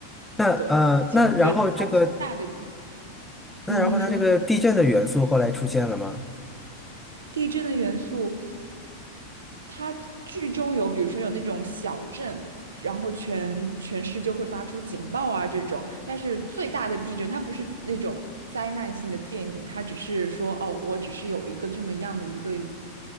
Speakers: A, in the centre; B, on the right.
A: 那呃，
B: 对，
A: 那然后这个
B: 觉得它最大的
A: 那然后它这个地震的元素后来出现了吗？
B: 您说地震的元素，它剧中有，比如说有那种小震，然后全全市就会发出警报啊这种，但是最大的地震，它不是那种灾难性的电影，它只是说哦，我只是有一个这么样的一个。